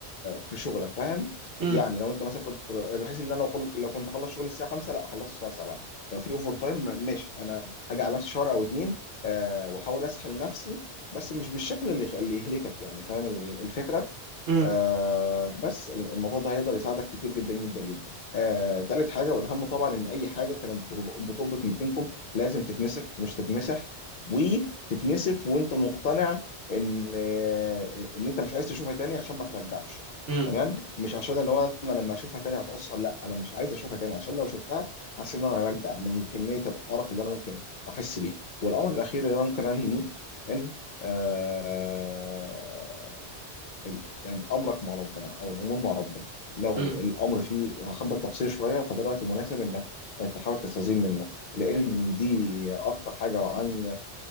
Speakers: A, on the left; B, on the right.
A: في شغلك فاهم
B: مم.
A: يعني لو انت مثلا كنت بحيث ان انا لو خل- لو كنت اخلص شغل الساعه 5 لا اخلصه الساعه 7 لو في اوفر تايم ماشي انا هاجي على نفسي شهر او اتنين آه، واحاول اسحل نفسي بس مش بالشكل اللي اللي يهلكك يعني فاهم ال- الفكره
B: مم.
A: آه بس الموضوع ده هيقدر يساعدك كتير جدا جدا جدا. آه تالت حاجه والاهم طبعا ان اي حاجه كانت بترب- بتربط من بينكم لازم تتنسف مش تتمسح وتتنسف وانت مقتنع ان آه ان انت مش عايز تشوفها تاني عشان ما ترجعش.
B: مم.
A: تمام مش عشان اللي هو انا لما اشوفها تاني هتأثر لا انا مش عايز اشوفها تاني عشان لو شفتها حاسس ان انا هرجع من كميه القرف اللي انا ممكن احس بيها. والامر الاخير اللي انا ممكن انهي بيه ان آه ال- يعني امرك مع ربنا او الامور مع ربنا لو
B: مم.
A: الامر فيه حبه تقصير شويه فده الوقت المناسب انك تحاول تستزيد منه لان دي اكتر حاجه وعن